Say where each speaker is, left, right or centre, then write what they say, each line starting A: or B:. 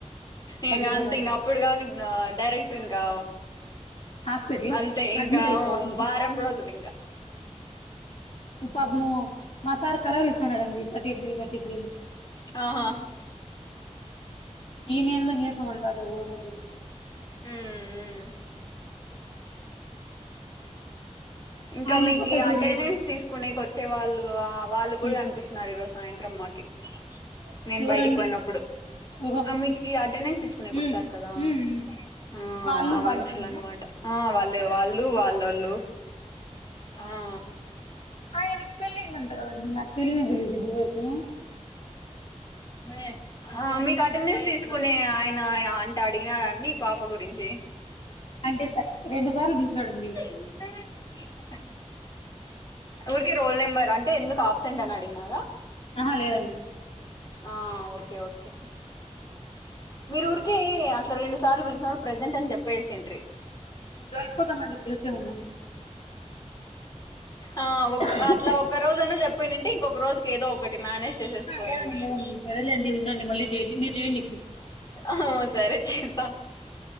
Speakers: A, on the left; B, on the left.
A: ఇంగా
B: తగ్గిపోతారు
A: అంతే ఇంగా అప్పుడు కా డైరెక్టర్ ఇంగా
B: హాస్పిటల్
A: అంతే
B: అడ్మిట్
A: ఇంకా
B: అయిపోవాలి
A: వారం రోజులు ఇంకా
B: పాపము మా సార్ కలర్ ఇస్తాన్నాడండి థర్టీ డిగ్రీ థర్టీ గ్రీ
A: ఆహా
B: ఈమెలో నీరసం ఉంటది ఊరోళ్లు
A: ఉహుహుహ్ ఇంకా
B: ఆయన
A: మీకు
B: కథలు
A: ఈ
B: చూడలేమండి
A: అటేనేన్స్ తీసుకునేక వచ్చే వాళ్ళు అప్ వాళ్ళు గూడా
B: ఉమ్.
A: గానిపించిన్నారు ఈ రోజు సాయంత్రమ్ మాకి నేను
B: ఎవరండి
A: బయటికి పోయినప్పుడు
B: ఓహో
A: ఆ మీకు అటెంనేన్స్ తీసుకునేకి
B: ఉమ్,
A: వస్తరు కదా
B: ఉమ్, ఉమ్.
A: ఉహ్
B: వాళ్ళు
A: ఆ
B: వాళ్ళ
A: మనుషుల
B: ఫ్రెండ్స్
A: అన్నమాట ఆ వాల్ లే వాళ్ళు వాళ్ళ వాళ్ళోలు ఆఆ
B: ఆయనకి పెళ్ళిందట గదండి నాకు తెలియానే తెలిది ఇబాడ్ వరకు
A: మే ఆ మీకు అటెంనేన్స్ తీసుకునే ఆయన అంటా అడిగినారన్ని పాప గురించి
B: అంటే తర్ట్ రెండు సార్లు దీచోడండి.
A: ఇంటర్నెట్ స్పీచ్ ఊరికే రోల్ నెంబర్ అంటే ఎందుకు ఆబ్సెంట్ అని అడిగినాదా
B: ఆహా లేదండి.
A: ఆ ఓకే ఓకే మీరు ఊరికి అట్లా రెండు సార్లు బిలిచినోడ్ ప్రజెంట్ అని చెప్పేల్సి ఇంట్రీ.
B: దొరిపోదామండి తెలిసే ఉమ్ము
A: ఆ
B: మొన్న
A: అట్లా ఒ ఒక రోజనా జేప్పనంటే ఇంకొక రోజుకి ఏదో బట్ మేనేజ్ చేసేసి పోయిండొచ్చు
B: లేదండి లేదండి సరేలేండి ఉండడి మళ్ళీ చేయండి, మీరు జేయండి ఇప్పుడు.
A: ఆహ్ సరే చేస్తా